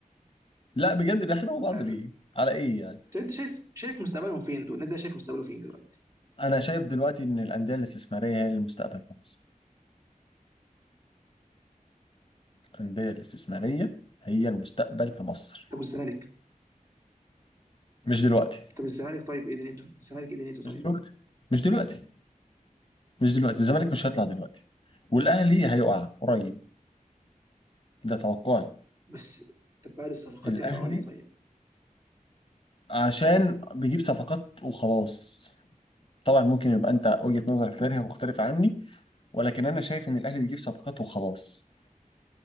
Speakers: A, on the left (about 35°); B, on the right (about 20°).
A: لا بجد بيحاربوا بعض
B: مش عارف.
A: ليه على ايه
B: طب انت شايف شايف مستقبلهم فين دول؟ النادي ده شايف مستقبله فين دلوقتي؟
A: انا شايف دلوقتي ان الانديه الاستثماريه هي المستقبل في مصر الانديه الاستثماريه هي المستقبل في مصر
B: طب والزمالك
A: مش دلوقتي
B: طب الزمالك طيب ايه دنيته الزمالك ايه دنيته طيب
A: مش دلوقتي مش دلوقتي مش دلوقتي الزمالك مش هيطلع دلوقتي والاهلي هيقع قريب ده توقعي
B: بس طب بعد الصفقات
A: الاهلي
B: دي هيقع عليه طيب
A: عشان بيجيب صفقات وخلاص طبعا ممكن يبقى انت وجهة نظرك تانية مختلفة عني ولكن انا شايف ان الاهلي بيجيب صفقات وخلاص